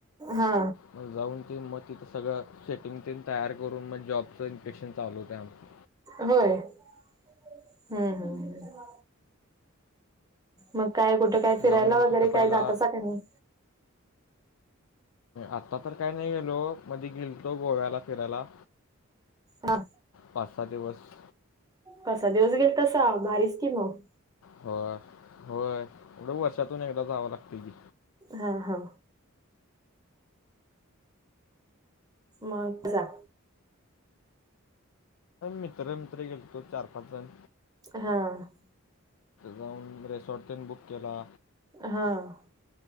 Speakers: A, on the right; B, on the left.
A: हा
B: मग जाऊन ते मग तिथं सगळं सेटिंग ते तयार करून मग जॉबचं इन्पेक्शन चालव होते आमच.
A: होय हम्म हम्म.. मग काय कुठं काय फिरायला
B: जाऊन
A: वगैरे
B: तिथं पहिला
A: काय जातासा का नाही?
B: आता तर काय नाही गेलो, मध्ये गेलतो गोव्याला फिरायला.
A: हा
B: पाच सहा दिवस.
A: पाच सहा दिवस गेलतसा भारीचं कि मग.
B: हो होय एवढं वर्षातून एकदा जावं लागते की.
A: हा हा.. मग धारा..
B: मित्र मित्र गेलोतो चार पाच जण.
A: हा..
B: जाऊन रेसॉर्ट तेन बुक केला.
A: हा.. हा..